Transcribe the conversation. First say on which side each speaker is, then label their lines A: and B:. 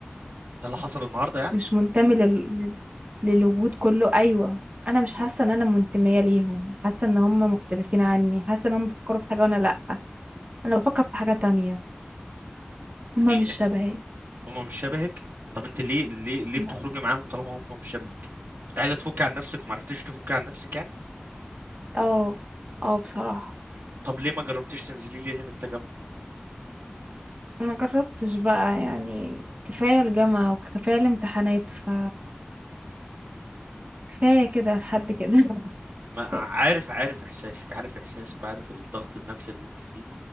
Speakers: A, on the right (about 70°); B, on the right (about 40°).
A: ده اللي حصل النهاردة يعني
B: مش منتمي لل... لل- للوجود كله ايوه انا مش حاسه ان انا منتميه ليهم حاسه ان هم مختلفين عني حاسه ان هم بيفكروا في حاجه وانا لا انا بفكر في حاجه تانية هم
A: يعني
B: مش شبهي
A: هم مش شبهك طب انت ليه ليه ليه
B: لا
A: بتخرجي معاهم طالما هم مش شبهك كنت عايزة تفكي عن نفسك ومعرفتيش تفكي عن نفسك يعني
B: اه اه بصراحه
A: طب ليه ما جربتيش تنزلي لي هنا التجمع
B: ما جربتش بقى يعني كفايه الجامعه وكفايه الامتحانات ف كفايه كده لحد كده <laughs>
A: ما عارف
B: كفاية.
A: عارف احساسك عارف احساسك وعارف الضغط النفسي اللي انت فيه